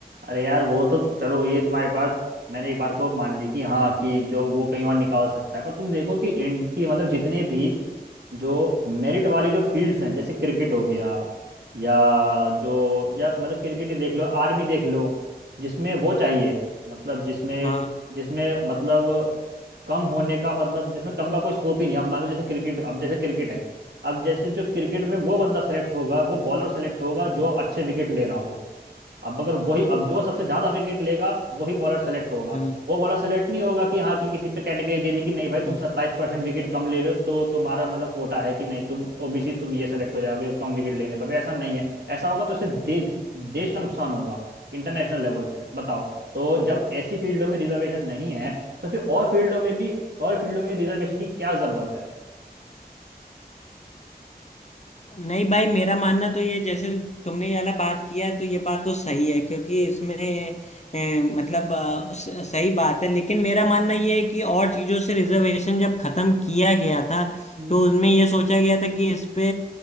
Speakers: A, on the right (about 80°); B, on the left (about 40°).
A: अरे यार वो तो चलो ये तुम्हारी बात मैंने एक बार को मान ली कि हाँ कि जो वो कहीं और निकाल सकता है पर तुम देखो कि इंड की मतलब जितने भी जो मेरिट वाली जो फील्ड्स हैं जैसे क्रिकेट हो गया या जो या मतलब क्रिकेट ही देख लो आर्मी देख लो जिसमें वो चाहिए मतलब जिसमें
B: हाँ
A: जिसमें मतलब कम होने का मतलब जिसमें कम का कोई स्कोप ही नहीं अब मान लो जैसे क्रिकेट अब जैसे क्रिकेट है अब जैसे जो क्रिकेट में वो बंदा सेलेक्ट होगा वो बॉलर सेलेक्ट होगा जो अच्छे विकेट ले रहा हो अब अगर वही अब जो सबसे ज्यादा विकेट लेगा वही बॉलर सेलेक्ट होगा
B: हम्म
A: वो बॉलर सेलेक्ट नहीं होगा कि हाँ कि किसी पे कैटेगरी दे दी कि नहीं भाई तुम
B: हम्म।
A: सत्ताईस परसेंट विकेट कम ले लो तो तुम्हारा मतलब कोटा है कि नहीं तुम ओबीसी तुम ये सेलेक्ट हो जाओगे कम विकेट लेने पर भी ऐसा नहीं है ऐसा होगा तो इससे दे, देश का नुकसान होगा इंटरनेशनल लेवल पे बताओ तो जब ऐसी फील्डों में रिजर्वेशन नहीं है तो फिर और फील्डों में भी और फील्डों में रिजर्वेशन की क्या जरूरत है
B: नहीं भाई मेरा मानना तो ये जैसे तुमने ये वाला बात किया तो ये बात तो सही है क्योंकि इसमें ए, मतलब अ, स- सही बात है लेकिन मेरा मानना ये है कि और चीज़ों से रिजर्वेशन जब खत्म किया गया था
A: हम्म
B: तो उसमें ये सोचा गया था कि इस पे